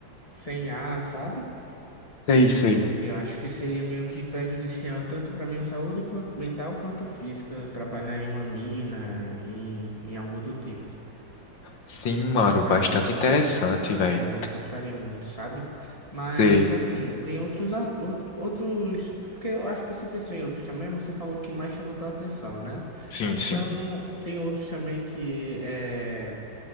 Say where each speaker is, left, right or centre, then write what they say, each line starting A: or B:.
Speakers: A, on the left (about 20°); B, on the left (about 75°).
A: sem ar, sabe?
B: Sei, sei.
A: Eu acho que seria meio que prejudicial tanto para minha saúde quan- mental quanto física trabalhar em uma mina, em, em algo do tipo.
B: Sim, mano,
A: E
B: bastante
A: aí
B: interessante, velho.
A: É, eu não gostaria muito, sabe? Mas,
B: Sei.
A: assim, tem outros, au- outro, outros. Porque eu acho que você pensou em outros também, mas você falou o que mais chamou tua atenção, né?
B: Sim,
A: São.
B: sim.
A: Tem outros também que. É,